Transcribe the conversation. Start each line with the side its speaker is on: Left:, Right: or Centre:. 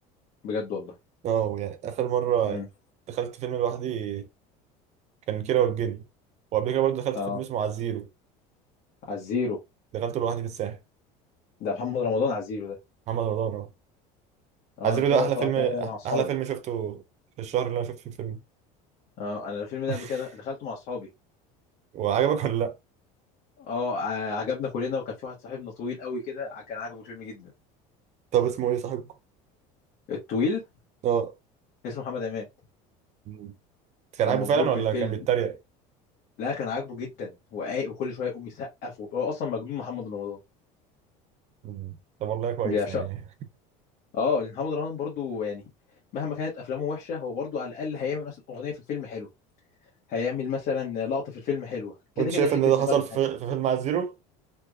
Left: بجد والله
Right: اه يعني اخر مره
Left: امم
Right: دخلت فيلم لوحدي كان كيرة والجن وقبل كده برضه دخلت
Left: اه
Right: فيلم اسمه عزيرو
Left: على الزيرو
Right: دخلته لوحدي في الساحل
Left: ده محمد رمضان على الزيرو ده
Right: محمد رمضان اه
Left: اه
Right: عزيرو
Left: الفيلم
Right: ده
Left: ده
Right: احلى
Left: اتفرجت
Right: فيلم
Left: عليه مع اصحابي
Right: احلى فيلم شفته في الشهر اللي انا شفت فيه الفيلم
Left: اه انا الفيلم ده
Right: <laughs>
Left: قبل كده دخلته مع اصحابي
Right: وعجبك ولا لا
Left: اه ع- عجبنا كلنا وكان في واحد صاحبنا طويل قوي كده ع- كان عاجبه الفيلم جدا
Right: طب اسمه ايه صاحبكم
Left: الطويل
Right: اه
Left: اسمه محمد عماد
Right: مم. كان
Left: كان
Right: عاجبه
Left: مبهور
Right: فعلا
Left: بالفيلم
Right: ولا كان بيتريق
Left: لا كان عاجبه جدا وقايق وكل شويه يقوم يسقف وهو اصلا مجنون محمد رمضان
Right: مم. طب والله كويس
Left: بيعشقه
Right: يعني
Left: اه لان محمد رمضان برضو يعني مهما كانت افلامه وحشه هو برضو على الاقل هيعمل مثلا اغنيه في الفيلم حلوه هيعمل مثلا لقطه في الفيلم حلوه كده
Right: وانت
Left: كده
Right: شايف
Left: هيشد
Right: ان ده
Left: انتباك
Right: حصل
Left: بحاجه
Right: في في فيلم عزيرو